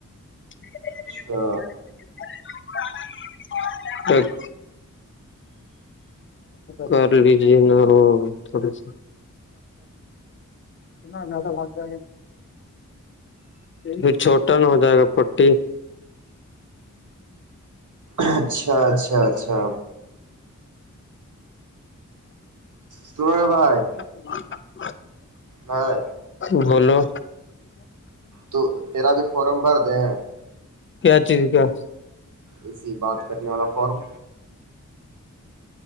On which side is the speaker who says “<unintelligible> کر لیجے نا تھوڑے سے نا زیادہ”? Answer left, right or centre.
Left